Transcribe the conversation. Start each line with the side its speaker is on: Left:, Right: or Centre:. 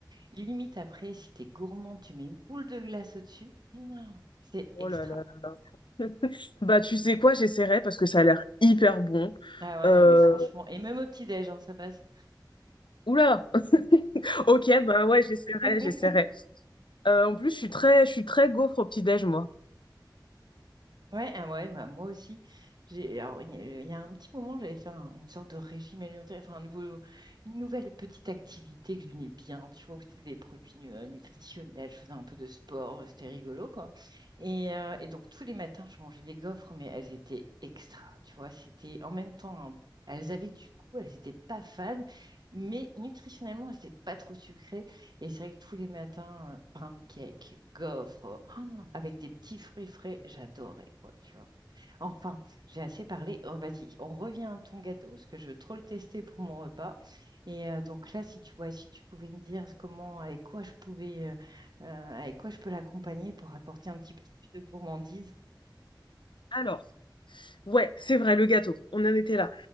Right: Limite après, si t'es gourmand, tu mets une boule de glace au-dessus. Mouah, C'est
Left: oh
Right: extra.
Left: là là là là. <laughs> Bah tu sais quoi, j'essaierai parce que ça a l'air hyper bon.
Right: Ah ouais,
Left: Euh,
Right: non, mais franchement, et même au petit-déj, hein, ça passe.
Left: Oula! <laughs> Ok, bah ouais, j'essaierai,
Right: <laughs>
Left: j'essaierai. Euh, en plus, je suis très, je suis très gaufre au petit-déj, moi.
Right: Ouais, ah ouais, bah, moi aussi. J'ai, alors, il y, a il y a un petit moment, j'avais fait un- une sorte de régime alimentaire, enfin, un nouveau, une nouvelle petite activité que j'aimais bien, tu vois, où c'était des produits nu- euh, nutritionnels, je faisais un peu de sport, euh, c'était rigolo, quoi. Et, euh, et donc, tous les matins, je mangeais des gaufres, mais elles étaient extra, tu vois, c'était en même temps, un- elles avaient du goût, elles n'étaient pas fades, mais nutritionnellement, elles n'étaient pas trop sucrées. Et c'est vrai que tous les matins, euh, pancakes, gaufres, euh, avec des petits fruits frais, j'adorais, quoi, tu vois. Enfin, j'ai assez parlé. Oh, vas-y, on revient à ton gâteau, parce que je veux trop le tester pour mon repas. Et euh, donc là, si tu vois, si tu pouvais me dire comment, avec quoi je pouvais, euh, euh, avec quoi je peux l'accompagner pour apporter un petit peu plus de gourmandise.
Left: Alors. Ouais, c'est vrai, le gâteau. On en était là.